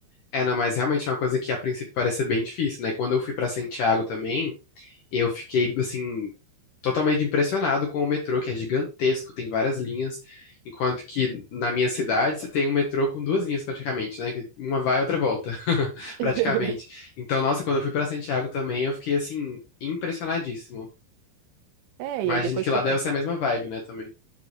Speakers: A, on the left; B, on the right.
A: É, não, mas realmente é uma coisa que a princípio parece ser bem difícil, né? Quando eu fui pra Santiago também, eu fiquei, assim, totalmente impressionado com o metrô, que é gigantesco, tem várias linhas, enquanto que na minha cidade você tem um metrô com duas linhas praticamente, né? Que uma vai e outra volta, <laughs> praticamente.
B: <laughs>
A: Então, nossa, quando eu fui pra Santiago também, eu fiquei, assim, impressionadíssimo.
B: É,
A: Imagino
B: e aí depois
A: que
B: que
A: lá
B: eu
A: deve ser a mesma vibe, né, também.